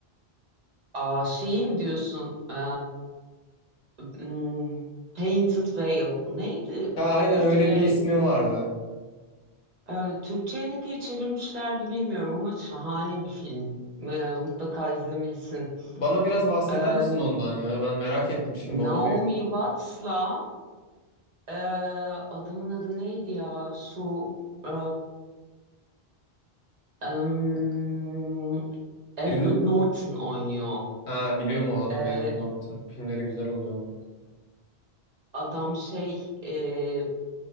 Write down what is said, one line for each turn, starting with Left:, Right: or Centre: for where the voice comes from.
Right: Aa, şeyi mi diyorsun? Ee, m, Painted Veil. Neydi
Left: Ha
Right: Türkçe?
Left: aynen öyle bir ismi vardı.
Right: Ee, Türkçe'ye ne diye çevirmişlerdi bilmiyorum ama şahane bir film. Ee, mutlaka izlemelisin.
Left: Bana biraz bahseder
Right: Ee,
Left: misin ondan ya? Ben merak ettim şimdi
Right: Naomi
Left: onu bir.
Right: Watts'la ee, adamın adı neydi ya? Şu ee, em, Edward
Left: Ünlü...
Right: Norton oynuyor.
Left: Ha biliyorum o adamı
Right: Ee,
Left: Edward Norton. Filmleri güzel oluyor onun.
Right: adam şey e, e,